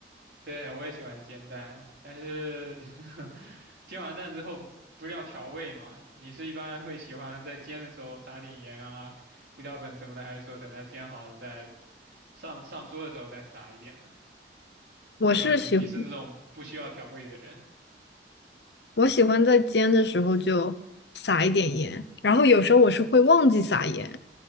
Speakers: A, on the right (about 75°); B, on the left (about 70°).
A: 对，我也喜欢煎蛋，但是 <laughs> 煎完蛋之后不是要调味嘛？你是一般会喜欢在煎的时候撒点盐啊、胡椒粉什么的，还是说等它煎好了再上上桌的时候再撒一点呢？或者说你你是那种不需要调味的人？
B: 我是喜欢，我喜欢在煎的时候就撒一点盐，然后有时候我是会忘记撒盐，